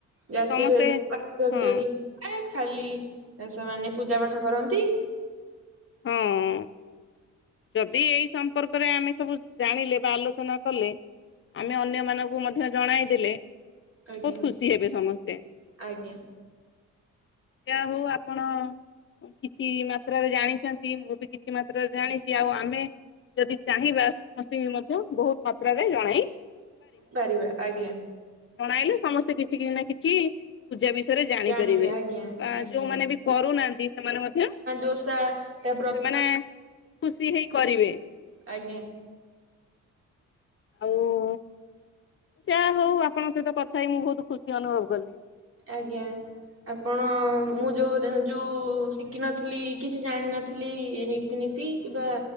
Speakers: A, on the right; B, on the left.
A: ଜାତି
B: ସମସ୍ତେ
A: ଭେଦ ପାର୍ଥକ୍ୟ
B: ହଁ
A: କି ଏ ଖାଲି ସେମାନେ ପୂଜା ପାଠ କରନ୍ତି।
B: ହଁ। ଯଦି ଏଇ ସମ୍ପର୍କରେ ଆମେ ସବୁ ଜାଣିଲେ ବା ଆଲୋଚନା କଲେ। ଆମେ ଅନ୍ୟ ମାନଙ୍କୁ ମଧ୍ୟ ଜଣାଇ ଦେଲେ,
A: ଆଜ୍ଞା
B: ବହୁତ ଖୁସି ହେବେ ସମସ୍ତେ।
A: ଆଜ୍ଞା
B: ଯାହା ହଉ ଆପଣ କିତି ମାତ୍ରାରେ ଜାଣି ଛନ୍ତି ମୁଁ ବି କିତି ମାତ୍ରାରେ ଜାଣିଛି, ଆଉ ଆମେ। ଯଦି ଚାହିଁବା ସମସ୍ତେ କି ବି ମଧ୍ୟ ବହୁତ ମାତ୍ରାରେ ଜଣାଇ
A: ପାରିବା ଆଜ୍ଞା।
B: ଜଣାଇଲେ ସମସ୍ତେ କିଛି କିଛି ନା କିଛି ପୂଜା ବିଷୟରେ ଜାଣିପାରିବେ,
A: ଜାଣିବା ଆଜ୍ଞା
B: ଆଁ
A: ଆଜ୍ଞା
B: ଯୋଉମାନେ ବି କରୁନାହାନ୍ତି ସେମାନେ ମଧ୍ୟ
A: <inaudible> ଓଷା, ତାପରେ।
B: ମାନେ ଖୁସି ହେଇ କରିବେ।
A: ଆଜ୍ଞା।
B: ଓଃ। ଯାହା ହଉ ଆପଣଙ୍କ ସହିତ କଥା ହେଇ ମୁଁ ବହୁତ ଖୁସି ଅନୁଭବ କଲି।
A: ଆଜ୍ଞା। ଆପଣ ମୁଁ ଯଉଁ ଯୋଉଁ ଶିଖିନଥିଲି କିଛି ଜାଣିନଥିଲି ଏ ବି ନୀତି କିମ୍ବା